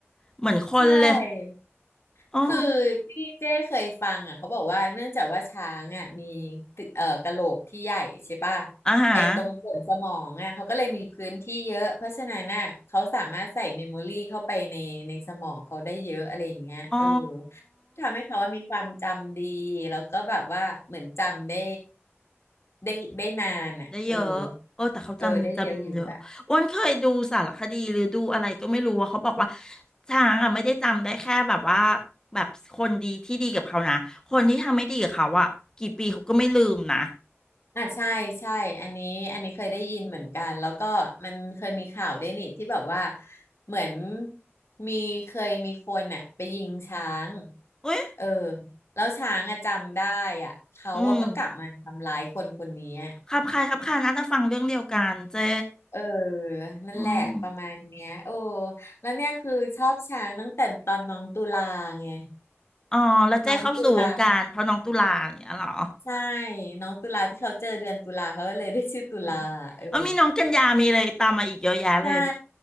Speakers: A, on the left; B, on the left.
A: เหมือนคนเลย
B: ใช่
A: อ๋อ
B: คือที่เจ้เคยฟังอ่ะเขาบอกว่าเนื่องจากว่าช้างอ่ะมีตึเอ่อกะโหลกที่ใหญ่ใช่ป่ะ
A: อาหาร
B: ไอ้ตรงส่วนสมองอ่ะเขาก็เลยมีพื้นที่เยอะเพราะฉะนั้นน่ะเขาสามารถใส่เมมโมรี่เข้าไปในในสมองเขาได้เยอะอะไรอย่างเงี้ยเออ
A: อ๋อ
B: ทำให้เขาว่ามีความจำดีแล้วก็แบบว่าเหมือนจำได้ได้ได้นานอ่ะเออ
A: ได้เยอะเออแต่เขาจำจำเยอะอ้วนเคยดูสารคดีหรือดูอะไรก็ไม่รู้ว่าเขาบอกว่า
B: เออได้เยอะอยู่
A: ช้างอ่ะไม่ได้จำได้แค่แบบว่าแบบคนดีที่ดีกับเขานะคนที่ทำไม่ดีกับเขาอ่ะกี่ปีเขาก็ไม่ลืมนะ
B: อ่ะใช่ใช่อันนี้อันนี้เคยได้ยินเหมือนกันแล้วก็มันเคยมีข่าวด้วยนี่ที่แบบว่าเหมือนมีเคยมีคนอ่ะไปยิงช้าง
A: เอ้ย
B: เออแล้วช้างอะจำได้อ่ะเขาอะก็กลับมาทำร้ายคนคนนี้อะ
A: อืมครับคล้ายครับคล้ายนะจะฟังเรื่องเดียวกันเจ๊
B: เออนั่นแหละประมาณเนี้ยโอ้
A: อืม
B: แล้วเนี่ยคือชอบช้างตั้งแต่ตอนน้องตุลาไง
A: อ๋อแล้วเจ้เข้าสู่วงการเพราะน้องตุลาอย่างเงี้ยเหรอ
B: น้องตุลาใช่น้องตุลาที่เขาเจอเดือนตุลาเขาก็เลยได้ชื่อตุลาเออ
A: อืมเออมีน้องกันยามีเลยตามมาอีกเยอะแยะเลย
B: ใช่